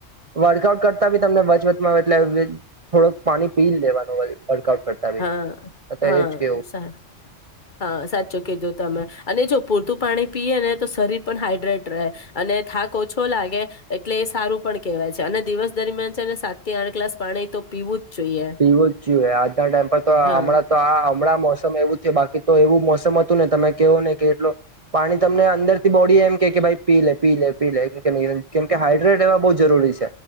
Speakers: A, on the right (about 35°); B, on the left (about 40°).
A: વર્કઆઉટ કરતા બી તમને બચ એટલે થોડુંક પાણી પી લેવાનું હોય. વર્કઆઉટ કરતા
B: હા
A: અ,
B: હા
A: એજ કેવું.
B: સા હા સાચું કીધું તમે, અને જો પૂરતું પાણી પીએ ને તો શરીર પણ હાઈડ્રેટ રહે, અને થાક ઓછો લાગે એટલે એ સારું પણ કહેવાય છે અને દિવસ દરમિયાન છે ને સાત થી આઠ ગ્લાસ પાણી તો પીવું જ જોઈએ
A: એવો જ જો આ ટાઈમ પર તો
B: હા
A: હમણાં તો આ હમણાં મોસમ એવું છે બાકી તો એવું મોસમ હતું ને તમે કેવો નને કે એટલો પાણી તમને અંદર થી બોડી એમ કે કે ભાઈ પી લે પી લે. પી કેમ કેમ કે હાઈડ્રેટ એવા બ જરૂરી છે.